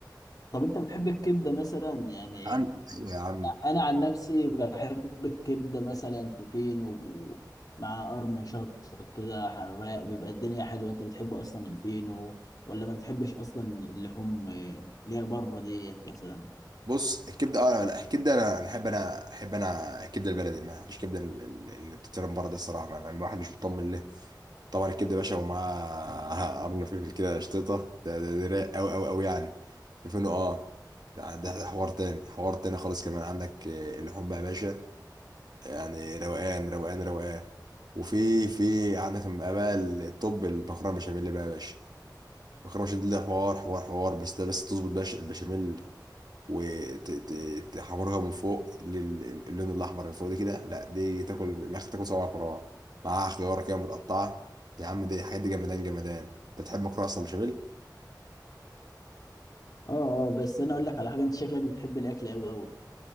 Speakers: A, on the left; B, on the right.
A: طب انت بتحب الكبده مثلا يعني
B: عن- ايوه يا عم
A: انا عن نفسي بحب الكبده مثلا في فينو مع قرن شط كده حراق بيبقى الدنيا حلوه انت بتحب اصلا الفينو ولا ما بتحبش اصلا اللحوم آه، اللي هي بره ديت مثلا
B: بص الكبده اه لا لا، الكبده انا أنا احب انا احب انا الكبده البلدي ما فيش كبده ال- ال- اللي بتترم بره ده الصراحه ما انا واحد مش مطمن له طبعا الكبده يا باشا ومعاه قرن <laughs> فلفل كده شطيطه ده ده, ده رايق قوي قوي قوي يعني في فينو اه ده, ده, ده حوار تاني حوار تاني خالص كمان عندك آه، اللحوم بقى يا باشا يعني روقان روقان روقان وفي في عندك بقى بقى الطب المكرونه بشاميل بقى يا باشا المكرونه بشاميل ده حوار حوار حوار بس ده بس تظبط بقى البشاميل وتحمرها من فوق لل- اللون الاحمر اللي فوق دي كده لا دي تاكل من الاخر تاكل صوابع كرار معاها خياره كده متقطعه يا عم دي الحاجات دي جمدان جمدان انت تحب مكرونه اصلا بشاميل
A: اه اه بس انا اقول لك على حاجه انت شكلك بتحب الاكل قوي قوي